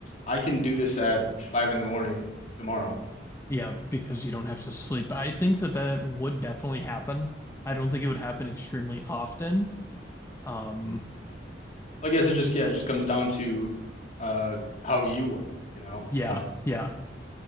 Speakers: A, on the left; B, on the left.
A: I can do this at five in the morning tomorrow?
B: Yeah, because you don't have to sleep. I think that that would definitely happen. I don't think it would happen extremely often. Um,
A: Well, I guess it just yeah, it just comes down to uh how you work, you know.
B: yeah,
A: Um,
B: yeah.